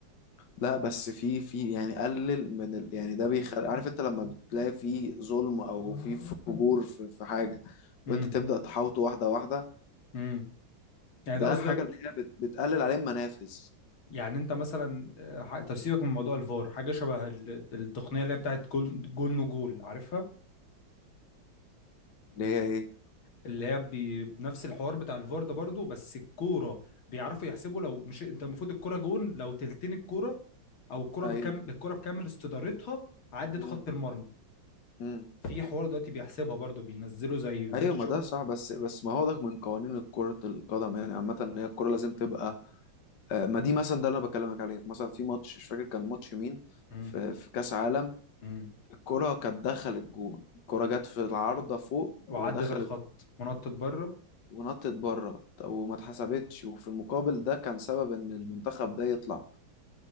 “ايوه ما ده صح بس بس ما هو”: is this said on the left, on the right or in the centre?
Left